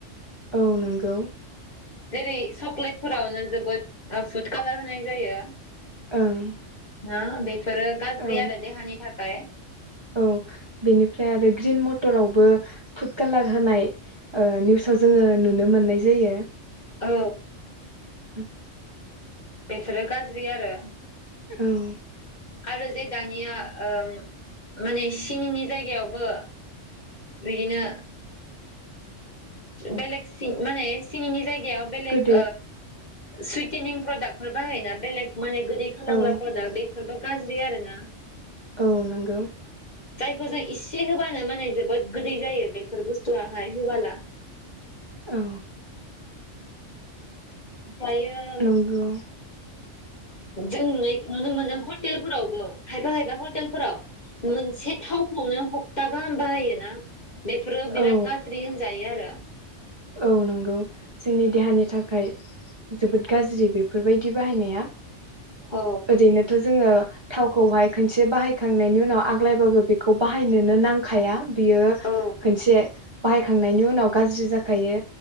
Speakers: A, on the right; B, on the left.
A: औ नंगौ।
B: जेरै सकलेटफोरावनो जोबोद फुद कालार होनाय जायो।
A: ओं।
B: ना बे बेफोरो गाज्रि
A: औ
B: आरो देहानि थाखा आय
A: औ बेनिफ्राय आरो ग्रिन मटरावबो फुड कालार होनाय ओ निउसाव जोङो नुनो मोननाय जायो।
B: औ।
A: <inaudible>
B: बेफोरो गाज्रि आरो
A: औ।
B: आरो जे दानिया ओ माने सिनिनि जायगायावबो बिदिनो बेेलेग सि माने सिनिनि जायगा याव बेलेक
A: गोदै
B: सुइटेनिं प्रदाक्टफोर बाहायोना बेलेग माने गोदै खालामग्राफोर
A: औ
B: दा बेफोरबा गाज्रि आरोना?
A: औ नंगौ।
B: जायखौ जों इसे होबानो माने जोबोद गोदै जायो बेफोर बुस्थुआहाय होबोला।
A: औ।
B: फायो
A: नंगौ
B: जों नुइ नुनो मोनो हटेलफोरावबो खायफा खायफा हटेलफोराव मोनसे थावखौनो हप्ता गाहाम बाहायोना? बेफोरो बिराद
A: औ
B: गाज्रि होनजायो आरो।
A: औ नंगौ जोंनि देहानि थाखाय जोबोद गाज्रि बेफोरबायदि बाहायनाया।
B: औ
A: ओरैनोथ' जोङो थावखौहाय खनसे बाहायखांनायनि उनाव आग्लायबाबो बेखौ बाहायनोनो नांखाया। बियो
B: औ
A: खोनसे बाहायखांनायनि उनाव गाज्रि जाख खायो